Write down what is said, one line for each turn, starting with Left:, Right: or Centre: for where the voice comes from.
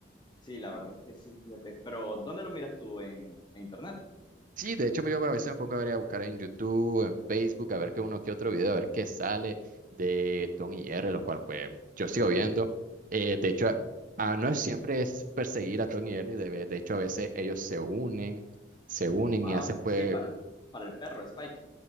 Left: Sí, la verdad es que sí, fíjate. Pero, ¿dónde lo miras tú? ¿En, en internet?
Right: Sí, de hecho yo a veces me pongo a ver a buscar en YouTube, en Facebook, a ver qué uno que otro video, a ver qué sale de Tom y R, lo cual pues yo sigo viendo. Eh, de hecho, a- a- no es siempre es perseguir a Tom y R, de, ve- de hecho a veces ellos se unen, se unen
Left: Ah,
Right: y hacen pues
Left: sí, para el, para el perro, Spike.